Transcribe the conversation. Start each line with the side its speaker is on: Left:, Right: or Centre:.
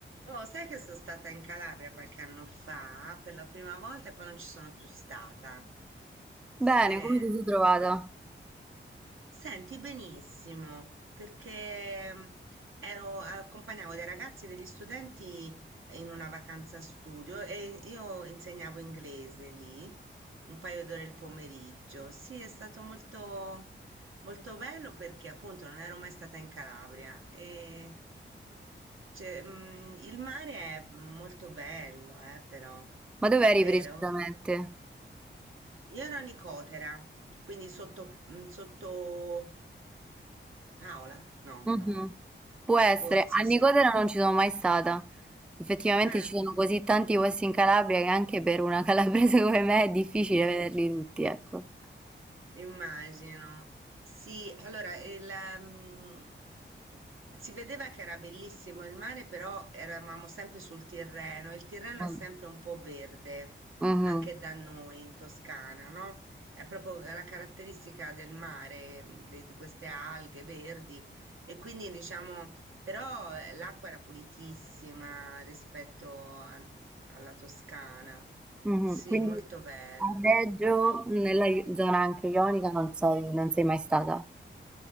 Right: Oh, sai che sono stata in Calabria qualche anno fa per la prima volta e poi non ci sono più stata. Sì.
Centre: Bene, come ti sei trovata?
Right: Senti benissimo, perché mm, ero, accompagnavo dei ragazzi e degli studenti in una vacanza studio e io insegnavo inglese lì un paio d'ore il pomeriggio. Sì, è stato molto, molto bello perché appunto non ero mai stata in Calabria e cioè, mm, il mare è molto bello, eh, però,
Centre: Ma dove eri
Right: vero?
Centre: precisamente?
Right: Io ero a Nicotera, quindi sotto, mm, sotto Paola? No,
Centre: Mhm.
Right: no.
Centre: Può essere,
Right: Forse
Centre: a Nicotera
Right: sì.
Centre: non ci sono mai stata. Effettivamente
Right: Eh,
Centre: ci sono così tanti posti in Calabria che anche per una calabrese <laughs> come me è difficile vederli tutti, ecco.
Right: Immagino. Sì, allora il, ehm, eh, si vedeva che era bellissimo il mare, però eravamo sempre sul Tirreno. e Il Tirreno
Centre: Mm.
Right: è sempre un po' verde,
Centre: Mhm.
Right: anche da noi in Toscana, no? È proprio la caratteristica del mare, mm, de- di queste alghe verdi. E quindi diciamo, però eh, l'acqua era pulitissima rispetto a- alla Toscana.
Centre: Mhm.
Right: Sì,
Centre: Quindi
Right: molto bello.
Centre: a Reggio, nella i- zona anche ionica, non sei, non sei mai stata.